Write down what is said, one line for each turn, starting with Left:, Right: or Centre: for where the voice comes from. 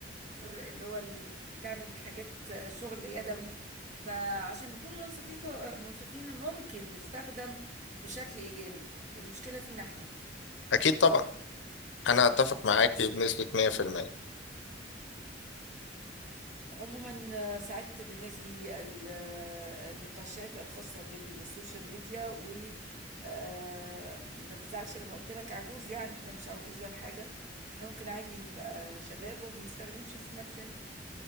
Right: اللي هو ال- تعمل حاجات آه، شغل يدوي فعشان نكون منصفين منصفين ممكن يستخدم بشكل إيجابي المشكلة فينا احنا
Left: اكيد طبعا انا اتفق معاك بنسبة 100%
Right: عموما آه، سعدت بهذه ال- آه، النقاشات الخاصة بالسوشيال ميديا وما تزعلش لما قلت لك عجوز يعني احنا مش عواجيز ولا حاجة احنا ممكن عادي نبقى شباب وبنستخدمش سناب شات